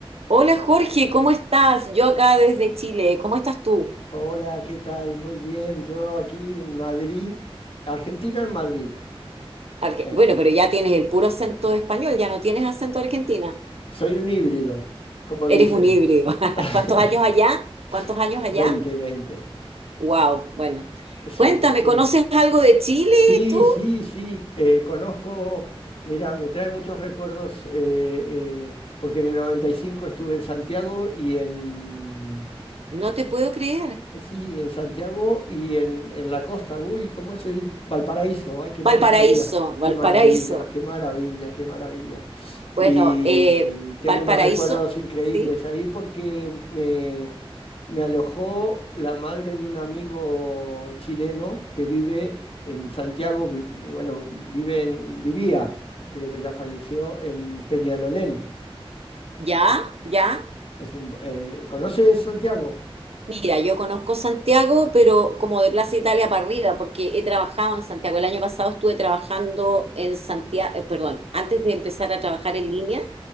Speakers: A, on the right; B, on the left.
A: Hola Jorge, ¿cómo estás? Yo acá desde Chile, ¿cómo estás tú?
B: Hola, ¿qué tal? Muy bien, yo aquí en Madrid, argentino en Madrid.
A: Arge-
B: Eh,
A: bueno, pero ya tienes el puro acento español, ya no tienes acento de Argentina.
B: soy un híbrido, como
A: Eres
B: dicen.
A: un híbrido. <laughs>
B: <laughs>
A: ¿Cuántos años allá? ¿Cuántos años allá?
B: 20, 20.
A: Wow, bueno.
B: Sí,
A: Cuéntame,
B: sí.
A: ¿conoces algo de Chile
B: Sí,
A: tú?
B: sí, sí, eh, conozco, mira, me trae muchos recuerdos eh, eh, porque en el 95 estuve en Santiago y en,
A: No te puedo creer.
B: Eh, Sí, en Santiago y en, en la costa. Uy, ¿cómo es el Valparaíso? Ay, que no
A: Valparaíso,
B: me salía. Qué
A: Valparaíso.
B: maravilla, qué maravilla, qué maravilla. Y
A: Bueno, eh,
B: tengo
A: Valparaíso,
B: unos recuerdos increíbles
A: ¿sí?
B: ahí porque me, me alojó la madre de un amigo chileno que vive en Santiago, vi- bueno, vive en- vivía, creo que ya falleció, en Peñalolén.
A: ¿Ya? ¿Ya?
B: Es un, ba- eh, ¿conoces Santiago?
A: Mira, yo conozco Santiago, pero como de Plaza Italia para arriba, porque he trabajado en Santiago. El año pasado estuve trabajando en Santiago, eh, perdón, antes de empezar a trabajar en línea,